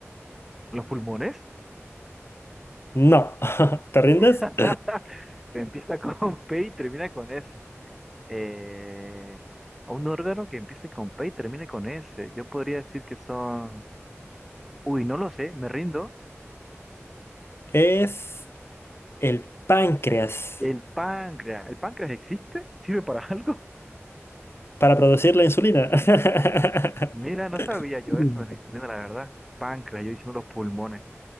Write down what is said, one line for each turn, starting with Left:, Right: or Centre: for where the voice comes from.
Centre: ¿Los pulmones?
Left: no. <laughs> ¿Te rindes?
Centre: <laughs>
Left: <laughs>
Centre: Que Empieza con P y termina con S. Eh, a un órgano que empiece con P y termine con S. Yo podría decir que son... Uy, no lo sé, me rindo.
Left: Es el páncreas.
Centre: El páncreas. ¿El páncreas existe? ¿Sirve para <laughs> algo?
Left: para producir la insulina. <laughs>
Centre: Mira, no sabía yo
Left: Mm.
Centre: eso de la insulina, la verdad. Páncreas, yo diciendo los pulmones.